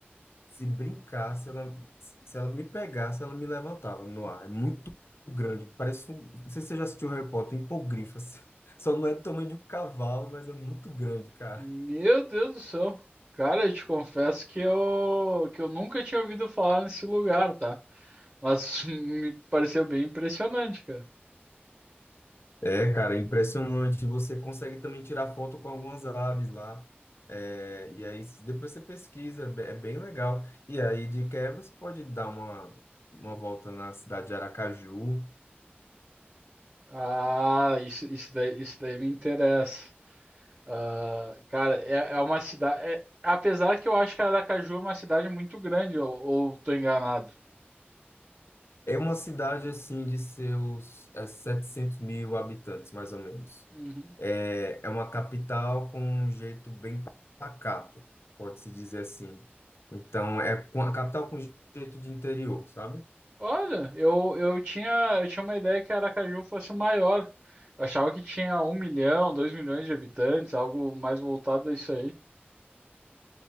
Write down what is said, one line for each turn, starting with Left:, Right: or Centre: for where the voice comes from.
Left: se brincasse, ela, se ela me pegasse, ela me levantava no ar. É muito grande. Parece um. Não sei se você já assistiu Harry Potter, um hipogrifo, assim. <laughs> Só não é do tamanho de um cavalo, mas é muito grande, cara.
Right: Meu Deus do céu. Cara, eu te confesso que eu, que eu nunca tinha ouvido falar nesse lugar, tá? Mas <laughs> me pareceu bem impressionante, cara.
Left: É, cara, é impressionante. Você consegue também tirar foto com algumas aves lá. É, e aí depois você pesquisa, é be- é bem legal. E aí de quebra você pode dar uma, uma volta na cidade de Aracaju.
Right: Ah, isso, isso daí, isso daí me interessa. Ah, cara, é, é uma cidade. é- apesar que eu acho que Aracaju é uma cidade muito grande, ou, ou tô enganado.
Left: É uma cidade assim de seus é, 700 mil habitantes, mais ou menos.
Right: Uhum.
Left: É, é uma capital com um jeito bem pacato, pode-se dizer assim. Então, é com- a capital com jeito de interior, sabe?
Right: Olha, eu, eu tinha, eu tinha uma ideia que Aracaju fosse maior. Eu achava que tinha um milhão, dois milhões de habitantes, algo mais voltado a isso aí.